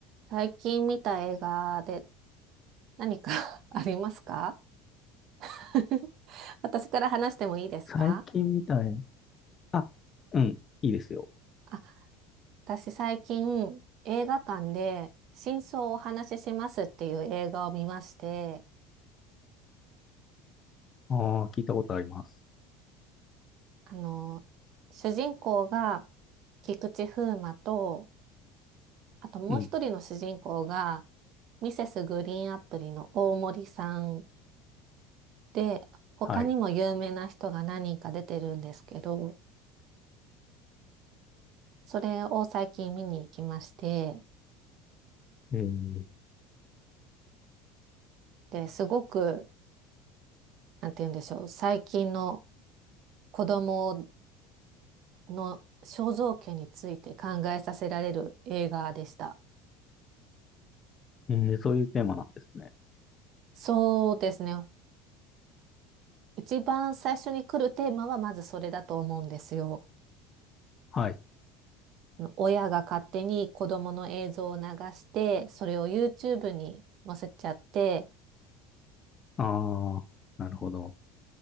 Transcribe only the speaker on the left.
最近みたい。あ、うん、いいですよ。
ああ、聞いたことあります。
うん、
はい。
えー、
えーそういうテーマなんですね。
はい。
ああ、なるほど。